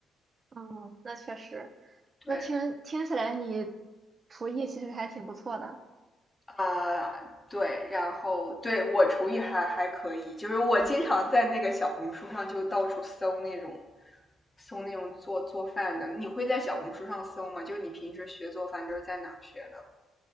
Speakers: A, on the right; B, on the left.
A: 嗯，那确实，
B: 对
A: 那听听起来你厨艺其实还挺不错的。
B: 啊、呃对，然后对我厨艺还还可以，就是我经常在那个小红书上就到处搜那种搜那种做做饭的。你会在小红书上搜吗？就是你平时学做饭都是在哪儿学的？